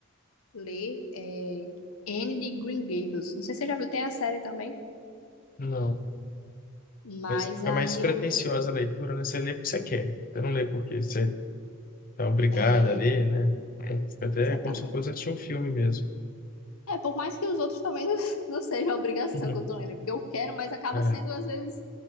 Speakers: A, on the left (about 85°); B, on the left (about 40°).
A: ler é, Anne de Green Gables. Não sei se você já viu, tem a série também.
B: Não.
A: Mas
B: Mas fica
A: aí
B: mais pretensiosa
A: eu.
B: a leitura, né? Você lê porque você quer. Você não lê porque você tá obrigado
A: É,
B: a ler, né? Então, Fica até
A: exatamente.
B: como se fosse assistir um filme mesmo.
A: É, por mais que os outros também não, <laughs> não seja a obrigação
B: Uhum.
A: que eu tô lendo, é porque eu quero, mas acaba
B: É,
A: sendo às vezes